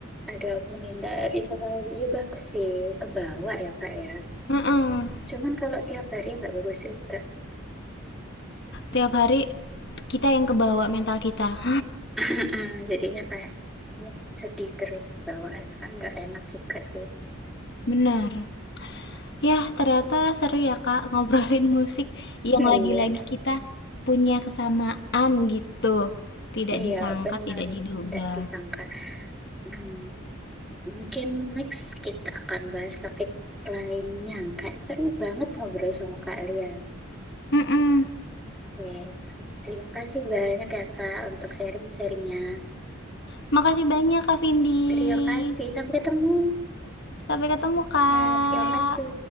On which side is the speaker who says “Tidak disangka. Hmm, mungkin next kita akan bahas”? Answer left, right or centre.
Centre